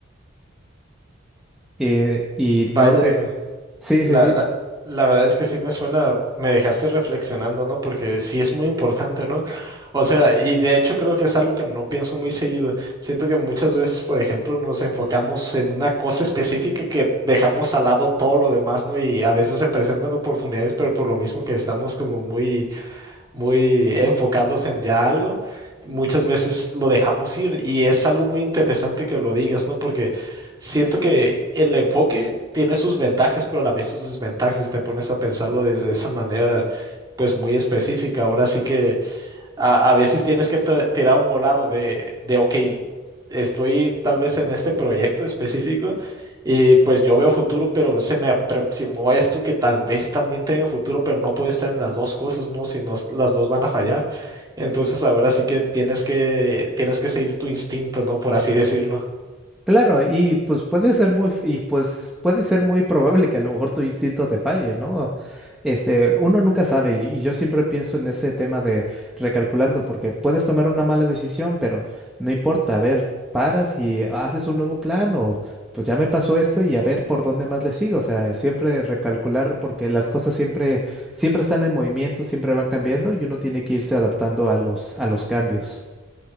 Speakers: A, in the centre; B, on the right.
A: Eh, y
B: Vaya,
A: no sé,
B: dijo.
A: sí,
B: La,
A: sí, sí.
B: la, la verdad es que sí me suena, me dejaste reflexionando, ¿no? Porque sí es muy importante, ¿no? O sea, y de hecho creo que es algo que no pienso muy seguido. Siento que muchas veces, por ejemplo, nos enfocamos en una cosa específica que dejamos al lado todo lo demás, ¿no? Y a veces se presentan oportunidades, pero por lo mismo que estamos como muy muy enfocados en ya algo, muchas veces lo dejamos ir y es algo muy interesante que lo digas, ¿no? Porque siento que el enfoque tiene sus ventajas, pero a la vez sus desventajas, si te pones a pensarlo desde esa manera, pues muy específica. Ahora sí que a, a veces tienes que tra- tirar un volado de, de, ok, estoy tal vez en este proyecto específico y pues yo veo futuro, pero se me aproximó esto que tal vez también tenga futuro, pero no puedo estar en las dos cosas, ¿no? Si no, las dos van a fallar. Entonces ahora sí que tienes que, tienes que seguir tu instinto, ¿no? Por así decirlo.
A: Claro, y pues puede ser muy, y pues puede ser muy probable que a lo mejor tu instinto te falle, ¿no? Este, uno nunca sabe, y y yo siempre pienso en ese tema de recalculando, porque puedes tomar una mala decisión, pero no importa, a ver, paras y haces un nuevo plan, o pues ya me pasó esto y a ver por dónde más le sigo. O sea, siempre recalcular, porque las cosas siempre, siempre están en movimiento, siempre van cambiando, y uno tiene que irse adaptando a los, a los cambios.